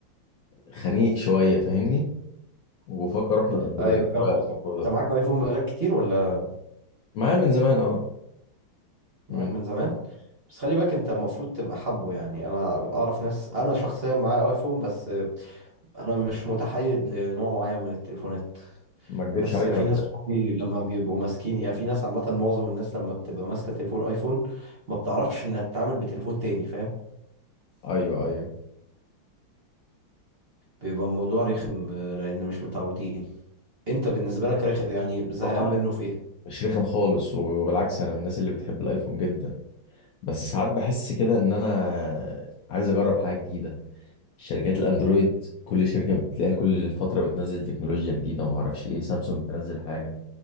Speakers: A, on the left; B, on the right.
A: خنيق شويه فاهمني وبفكر اروح للاندرويد
B: ايوه
A: إيه
B: فاهم قصدك
A: رايك في الموضوع
B: انت
A: ده
B: معاك ايفون بقالك كتير ولا
A: معايا من زمان اه
B: معاك
A: من
B: من زمان بس خلي بالك انت المفروض تبقى حابه يعني انا اعرف ناس انا شخصيا معايا ايفون بس انا مش متحيز لنوع معين من التليفونات
A: ما اكدبش
B: بس
A: عليك
B: في
A: انا
B: ناس صحابي لما بيبقوا ماسكين يعني في ناس عامه معظم الناس لما بتبقى ماسكه تليفون ايفون ما بتعرفش انها تتعامل بتليفون تاني فاهم
A: ايوه ايوه
B: بيبقى الموضوع رخم آه، لان مش متعودين انت بالنسبه لك رخ... يعني زهقان
A: والله
B: منه في ايه
A: مش رخم خالص وبالعكس انا من الناس اللي بتحب الايفون جدا بس ساعات بحس كده ان انا عايز اجرب حاجه جديده شركات الاندرويد كل شركه بتلاقيها كل فتره بتنزل تكنولوجيا جديده وما اعرفش ايه سامسونج تنزل حاجه